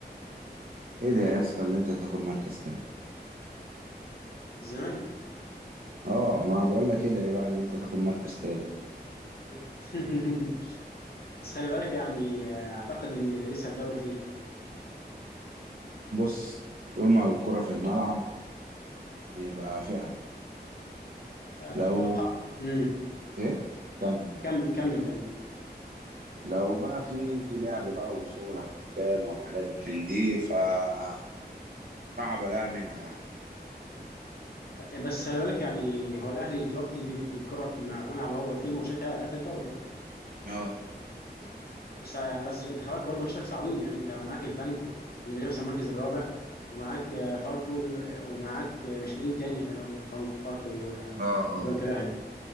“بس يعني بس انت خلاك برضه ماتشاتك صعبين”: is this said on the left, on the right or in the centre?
Left